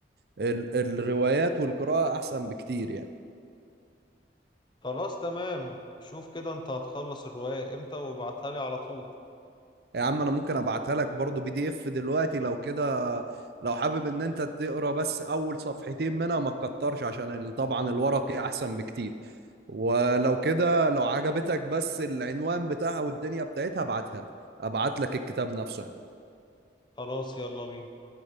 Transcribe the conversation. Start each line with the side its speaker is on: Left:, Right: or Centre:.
Right: ال... الروايات والقراءة احسن بكتير يعني
Left: خلاص تمام شوف كده انت هتخلص الرواية امتى وابعتها لي على طول
Right: يا عم انا ممكن ابعتها لك برضو بي دي اف دلوقتي لو كده لو حابب ان انت تقرا بس اول صفحتين منها ما تكترش عشان ال- طبعا الورقي احسن بكتير ولو كده لو عجبتك بس العنوان بتاعها والدنيا بتاعتها ابعتها لك ابعت لك الكتاب نفسه يعني
Left: خلاص يلا بينا